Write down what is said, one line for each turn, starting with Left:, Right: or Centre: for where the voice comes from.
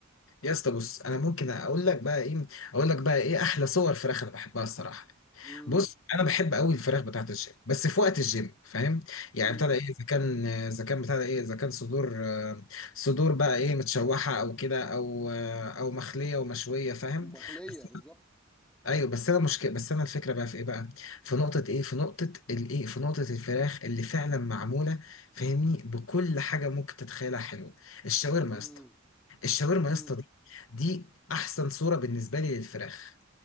Left: يا اسطى بص انا ممكن اقول لك بقى ايه اقول لك بقى ايه احلى صور فراخ انا بحبها الصراحه
Centre: امم
Left: بص انا بحب قوي الفراخ بتاعت الجيم بس في وقت الجيم فاهم يعني
Centre: امم
Left: ابتدى ايه اذا كان اذا كان بتاع ايه اذا كان صدور آه، صدور بقى ايه متشوحه او كده او آه، او مخليه ومشويه فاهم
Centre: مخليه
Left: بس
Centre: بالظبط
Left: ايوه بس انا مشكله بس انا الفكره بقى في ايه بقى في نقطه ايه في نقطه الايه في نقطه الفراخ اللي فعلا معموله فاهمني بكل حاجه ممكن تتخيلها حلوه الشاورما
Centre: امم
Left: يا اسطى الشاورما
Centre: امم
Left: يا اسطى دي دي احسن صوره بالنسبه لي للفراخ